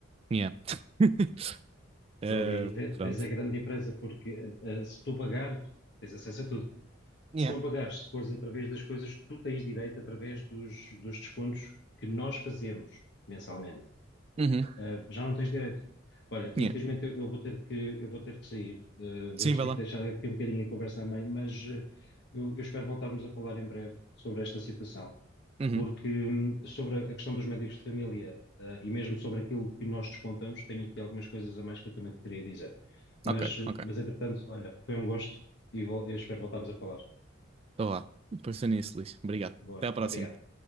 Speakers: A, on the right; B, on the left.
A: Yeah. <laughs> Eh,
B: Logo aí vê- vês
A: pronto.
B: a grande diferença, porque eh, eh, se tu pagares, tens acesso a tudo.
A: Yeah.
B: Se não pagares, se fores através das coisas que tu tens direito, através dos, dos descontos que nós fazemos mensalmente
A: Uhum.
B: Ah, já não tens direito. Olha, infelizmente
A: Yeah.
B: eu, eu vou ter que, eu vou ter que sair. Ah,
A: Sim,
B: vamos
A: vai
B: ter
A: lá.
B: que deixar aqui um bocadinho a conversa a meio, mas ah, eu, eu espero voltarmos a falar em breve sobre esta situação,
A: Uhum.
B: porque hum, sobre a questão dos médicos de família, ah, e mesmo sobre aquilo que nós descontamos, tenho aqui algumas coisas a mais que eu também te queria dizer. Mas,
A: Ok,
B: eh,
A: ok.
B: mas entretanto, olha, foi um gosto e vol- eu espero voltarmos a falar.
A: Então lá. Pensei nisso, Luís. Obrigado.
B: Boa,
A: Até à próxima.
B: obrigado.